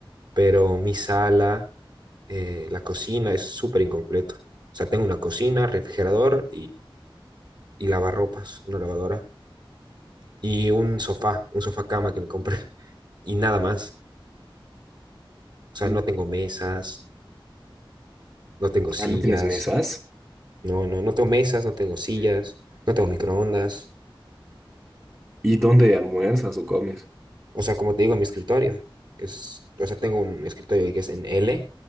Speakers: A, on the right; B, on the right.
A: Pero mi sala, eh, la cocina es súper incompleto. O sea, tengo una cocina, refrigerador y lavarropas, una lavadora y un sofá, un sofá cama que me compré <laughs> y nada más. O sea,
B: Mm.
A: no tengo mesas, no tengo sillas,
B: Ah, ¿no tienes mesas?
A: no, no, no tengo mesas, no tengo sillas,
B: Mm.
A: no tengo microondas.
B: ¿Y dónde almuerzas o comes?
A: O sea, como te digo, mi escritorio es, o sea, tengo un escritorio que es en L,